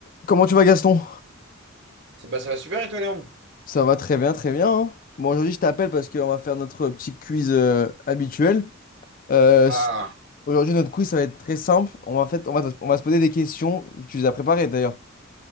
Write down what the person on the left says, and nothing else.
Comment tu vas Gaston?
Ça va très bien, très bien. hein. Bon, aujourd'hui, je t'appelle parce qu'on va faire notre petit quiz euh, habituel. Euh, s-
aujourd'hui, notre quiz, ça va être très simple. On va, fait, on va, on va se poser des questions. Tu les as préparées d'ailleurs.